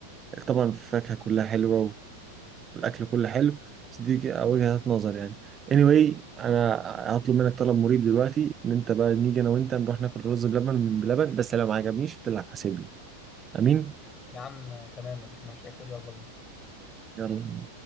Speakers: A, on the right; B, on the left.
A: طبعا الفاكهة كلها حلوة والاكل كله حلو بس دي ك- وجهة نظر يعني anyway انا هطلب منك طلب مريب دلوقتي ان انت بقى نيجي انا وانت نروح ناكل رز بلبن من بلبن بس لو ما عجبنيش انت اللي هتحاسبني امين
B: يا عم تمام مفيش مشاكل يلا بينا
A: يلا